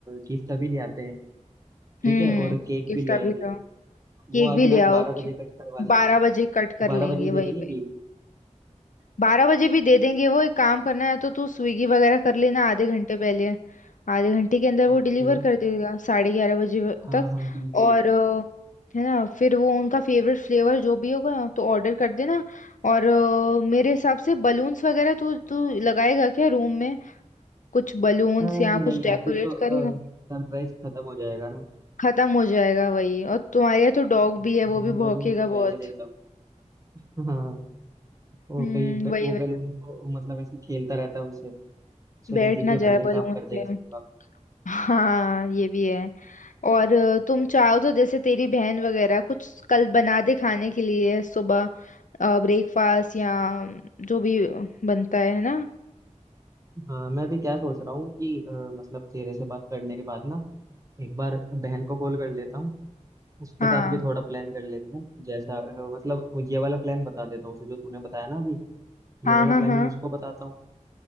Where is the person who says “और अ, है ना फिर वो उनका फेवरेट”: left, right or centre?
Left